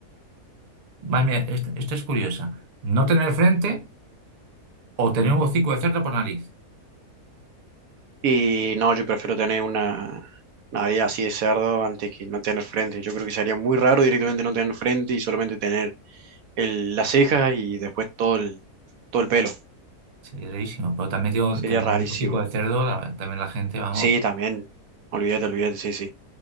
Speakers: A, on the right; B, on the right.
A: Madre mía, esta, esta es curiosa. No tener frente o tener un hocico de cerdo por nariz.
B: Y no, yo prefiero tener una nariz así de cerdo antes que no tener frente. Yo creo que sería muy raro directamente no tener frente y solamente tener el, las cejas y después todo el, todo el pelo.
A: Sería rarísimo. Pero también tengo
B: Sería
A: tener
B: rarísimo.
A: un hocico de cerdo, la- también la gente, vamos.
B: Sí, también. Olvídate, olvídate, sí, sí.